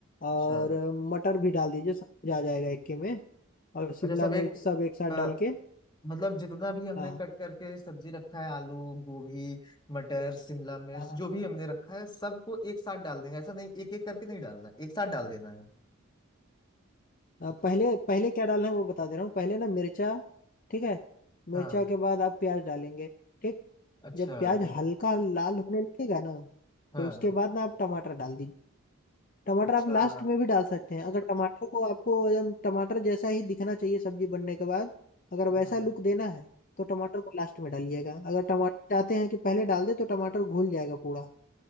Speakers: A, on the left; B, on the left.
A: अच्छा
B: और अ, मटर भी डाल दीजिए सब कुछ आ जाएगा इक्के में और शिमला
A: अच्छा सब
B: मिर्च
A: एक
B: सब एक साथ
A: अ,
B: डाल के
A: मतलब जितना भी हमने
B: हाँ
A: कट करके सब्जी रखा है आलू गोभी मटर शिमला मिर्च
B: हाँ
A: जो भी हमने रखा है सबको एक साथ डाल देंगे ऐसा नहीं एक एक करके नहीं डालना एक साथ डाल देना है
B: अ, पहले पहले क्या डालना है वो बता दे रहा हूँ पहले ना मिर्चा ठीक है
A: हाँ
B: मिर्चा के बाद आप प्याज डालेंगे ठीक
A: अच्छा
B: जब प्याज
A: वे-
B: हल्का लाल होने लगेगा ना
A: हाँ
B: तो उसके बाद ना आप टमाटर डाल दीजिए टमाटर
A: अच्छा
B: आप लास्ट में भी डाल सकते हैं अगर टमाटर को आपको एकदम टमाटर जैसा ही दिखना चाहिए सब्जी बनने के बाद अगर
A: हाँ
B: वैसा
A: हाँ
B: लुक देना है तो टमाटर को लास्ट में डालिएगा अगर टमाटर चाहते हैं कि पहले डाल दे तो टमाटर घुल जाएगा पूरा